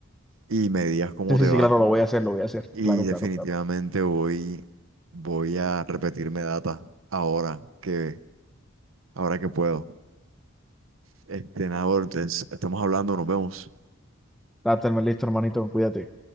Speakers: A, on the right; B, in the centre.
A: y me digas cómo
B: Sí, sí,
A: te
B: sí,
A: va.
B: claro, lo voy a hacer, lo voy a hacer.
A: Y
B: Claro,
A: definitivamente
B: claro, claro.
A: voy, voy a repetirme data ahora que, ahora que puedo. Este, nada, brother, entonces, estamos hablando, nos vemos.
B: Date, listo, hermanito, cuídate.